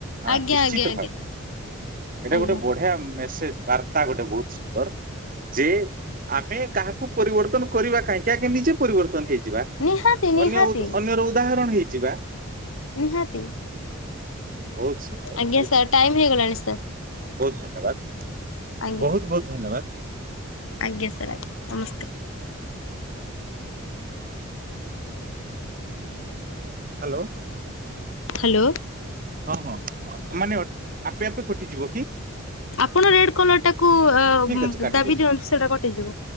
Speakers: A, on the right; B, on the left.
A: ହଁ
B: ଆଜ୍ଞା
A: ନିଶ୍ଚିତ
B: ଆଜ୍ଞା ଆଜ୍ଞା।
A: ଭାବ ଏଇଟା
B: ଆଜ୍ଞା
A: ଗୋଟେ ବଢିଆ ମେ ବାର୍ତ୍ତା ଗୋଟେ ବହୁତ ସୁନ୍ଦର ଯେ ଆମେ କାହାକୁ ପରିବର୍ତ୍ତନ କରିବା କାହିଁକି ଆଗେ ନିଜେ ପରିବର୍ତ୍ତନ ହେଇଛି
B: ନିହାତି ନିହାତି
A: ଅନ୍ୟ ଅନ୍ୟର ଉଦାହରଣ ହେଇକି ଯିବା
B: ନିହାତି
A: ବହୁତ ସୁନ୍ଦର
B: ଆଜ୍ଞା
A: ବହୁତ
B: ସାର୍
A: ସୁନ୍ଦର।
B: ଟାଇମ ହେଇଗଲାଣି ସାର୍
A: ବହୁତ ଧନ୍ୟବାଦ
B: ଆଜ୍ଞା
A: ବହୁତ ବହୁତ ଧନ୍ୟବାଦ
B: ଆଜ୍ଞା ସାର୍ ଆଜ୍ଞା ନମସ୍କାର <inaudible>
A: ହ୍ୟାଲୋ
B: ହ୍ୟାଲୋ
A: ହଁ ହଁ ମାନେ ଆପେ ଆପେ କଟିଯିବ କି?
B: ଆପଣ ରେଡ କଲର ଟାକୁ
A: ଠିକ ଅଛି କାଟି
B: ଦାବି
A: ଦଉଛି
B: ଦିଅନ୍ତୁ
A: ହଁ।
B: ସେଟା କଟିଯିବ